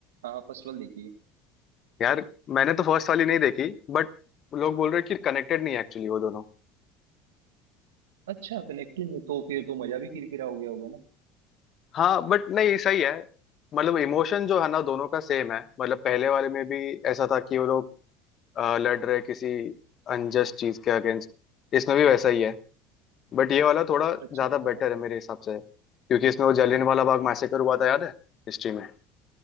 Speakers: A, on the right (about 85°); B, on the left (about 45°).
A: हाँ फर्स्ट वाला देखी है
B: यार मैंने तो फर्स्ट वाली नहीं देखी बट लोग बोल रहे हैं कि कनेक्टेड नहीं है एक्चुअली वो दोनों
A: अच्छा कनेक्टेड में तो फिर तो मजा भी किरकिरा हो गया होगा ना
B: हाँ बट नहीं सही है मतलब इमोशन जो है ना दोनों का सेम है मतलब पहले वाले में भी ऐसा था कि वो लोग अ, लड़ रहे किसी अनजस्ट चीज के अगेंस्ट इसमें भी वैसा ही है बट ये वाला थोड़ा ज्यादा
A: अच्छा अच्छा
B: बेटर है मेरे हिसाब से क्योंकि इसमें वो जलियांवाला बाग मैसेकर हुआ था याद है हिस्ट्री में